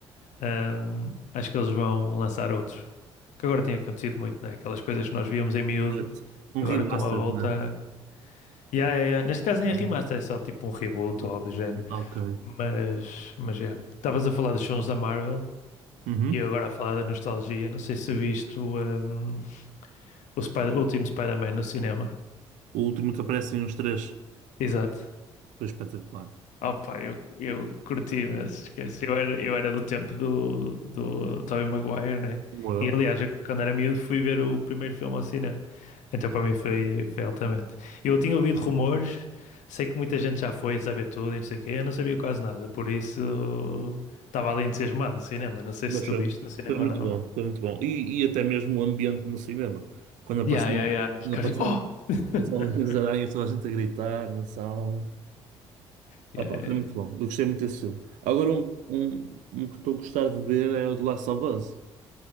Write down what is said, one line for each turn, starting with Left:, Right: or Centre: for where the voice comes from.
Left: hum, acho que eles vão lançar outros, que agora tem acontecido muito, né? Aquelas coisas que nós víamos em miúdo,
Right: Certo. Um
Left: agora
Right: remaster,
Left: estão à volta
Right: né?
Left: Yeah, yeah, yeah. Neste caso nem é
Right: Uhum.
Left: remaster, é só tipo um reboot ou algo do género.
Right: Ok.
Left: Mas, mas yeah. Estavas a falar dos filmes da Marvel
Right: Uhum.
Left: e eu agora a falar da nostalgia. Não sei se viste o, um, o Spider- o último Spider-Man no cinema.
Right: O último que aparecem os três
Left: Exato.
Right: foi espetacular.
Left: Opa, eu, eu curti, mas esquece. Eu era, eu era do tempo do, do Tobey Maguire, né?
Right: Como eu.
Left: E aliás, eu, quando era miúdo fui ver o primeiro filme ao cinema. Então para mim foi, foi altamente. Eu tinha ouvido rumores, sei que muita gente já foi a saber tudo e não sei o quê, eu não sabia quase nada, por isso estava ali entusiasmado no cinema. Não sei
Right: Mas
Left: se tu
Right: foi,
Left: viste no cinema
Right: foi muito
Left: ou não.
Right: bom, foi muito bom. E, e até mesmo o ambiente no cinema. Quando apareceram,
Left: Yeah, yeah, yeah. Os
Right: quando
Left: caras
Right: apareceram
Left: tipo, oh!
Right: o Salvador
Left: <laughs>
Right: das Aranhas, toda a gente a gritar na sala.
Left: Yeah,
Right: Ah, pá,
Left: yeah,
Right: foi muito
Left: yeah.
Right: bom. Eu gostei muito desse filme. Agora, um, um, um que estou a gostar de ver é o de Last of Us.